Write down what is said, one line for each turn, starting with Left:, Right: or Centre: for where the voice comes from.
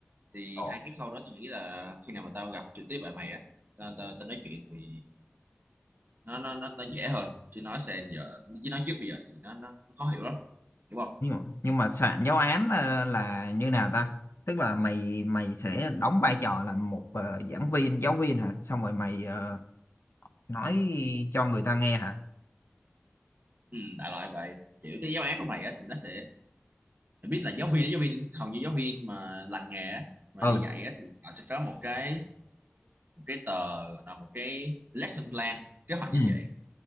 Right: thì
Left: ừ
Right: hai cái khâu đó tôi nghĩ là khi nào mà tao gặp trực tiếp bạn mày á tao tao tao nói chuyện thì nó nó nó nó dễ hơn chứ nói xem giờ chứ nói trước bây giờ thì nó nó, nó khó hiểu lắm hiểu không
Left: nhưng mà, nhưng mà soạn giáo án ờ, là như nào ta tức là mày mày sẽ đóng vai trò là một ờ, giảng viên giáo viên hả xong rồi mày ờ, nói cho người ta nghe hả
Right: ừ, đại loại vậy kiểu cái giáo án trong này á, thì nó sẽ mình biết là giáo viên giáo viên hầu như giáo viên mà lành nghề á, mà
Left: ừ
Right: đi dạy á, thì họ sẽ có một cái một cái tờ gọi là một cái lesson plan kế hoạch
Left: ừ
Right: giảng dạy